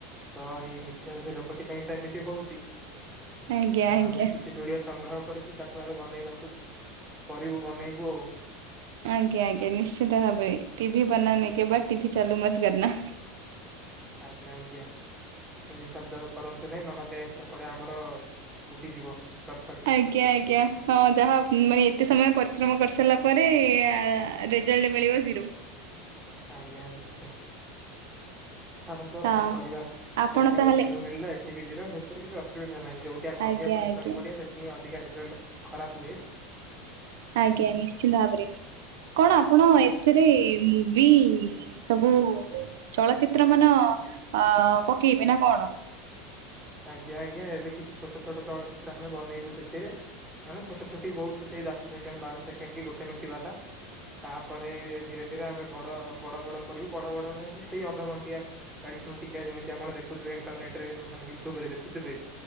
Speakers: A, in the centre; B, on the right.
A: ତ ଏଇ ମିଥ୍ୟା ଲୋକଟି ପାଇଁ ତ ଏମିତି ହଉଛି,
B: ଆଜ୍ଞା ଆଜ୍ଞା
A: ଆମେ କିଛି ଭିଡିଓ ସଂଗ୍ରହ କରିଛୁ। ତାକୁ ଆମେ ବନେଇବାକୁ, କରିବୁ ବନେଇବୁ ଆଉ
B: ଆଜ୍ଞା ଆଜ୍ଞା, ନିଶ୍ଚିତ ଭାବରେ ଟିଭି ବନାନେ କେ ବାଦ୍ ଟିଭି ଚାଲୁ ମତ କରନା।
A: ଆଜ୍ଞା ଆଜ୍ଞା। ହିନ୍ଦୀ ଶବ୍ଦ କରନ୍ତୁ ନି, ନହେଲେ ସେପଟେ ଆମର ଉଡିଯିବ - <unintelligible>
B: ଆଜ୍ଞା ଆଜ୍ଞା, ହଁ ଯାହା ମାନେ ଏତେ ସମୟ ପରିଶ୍ରମ କରିସାରିଲା ପରେ ରେଜଲ୍ଟ ମିଳିବ ଜିରୋ।
A: ଆଜ୍ଞା ନିଶ୍ଚୟ। ଛାଡ଼ନ୍ତୁ ଆଉ
B: ହଁ
A: କଣ କରିବା, ସେଠି
B: ଆପଣ ତାହେଲେ
A: ବି ଜିରୋ ମିଳିଲା ଏଠି ବି ଜିରୋ, ସେଥିରେ କିଛି ଅସୁବିଧା ନାହିଁ ଯୋଉଠି। ସେ ଆମେ
B: ଆଜ୍ଞା
A: ଅଧିକା ପରିଶ୍ରମ
B: ଆଜ୍ଞା
A: କରିବା ସେଠିଁ ଅଧିକ ରେଜଲ୍ଟ ଖରାପ ହୁଏ।
B: ଆଜ୍ଞା, ନିଶିନ୍ତ ଭାବରେ କଣ ଆପଣ
A: ଆଜ୍ଞା।
B: ଏଥିରେ ମୁଭି ଏ ସବୁ ଚଳଚିତ୍ର ମାନ ଅ ପକେଇବେ ନା କଣ?
A: ଆଜ୍ଞା ଆଜ୍ଞା, ଏବେ କିଛି ଛୋଟ ଛୋଟ ଚଳଚିତ୍ର ଆମେ ବନେଇବୁ ସେଥିରେ ମାନେ ଛୋଟ ଛୋଟି ବହୁତ ସେଇ ଦଶ ସେକେଣ୍ଡ ବାର ସେକେଣ୍ଡ କି ଗୋଟେ ମିନିଟ ବାଲା। ତାପରେ ଧୀରେ ଧୀରେ ଆମେ ବଡ ବଡ ବଡ କରିବୁ ବଡ ବଡ ମ ସେଇ ଅଧଘଣ୍ଟିଆ। ଚାଳିଶ ମିନିଟ୍ ଟିଆ ଯେମିତିପଣଖୁଥିବ ଇଣ୍ଟରନେଟ ରୋନେ ୟୁଟ୍ୟୁବରେ ଦେଖୁଥିବେ।